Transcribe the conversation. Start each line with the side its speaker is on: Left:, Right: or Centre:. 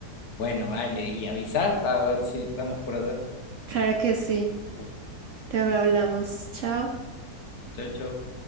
Left: Bueno, vale, y avisá a ver si estamos por allá.
Right: Claro que sí.
Left: <laughs>
Right: Luego hablamos. Chao.
Left: Chau, chau.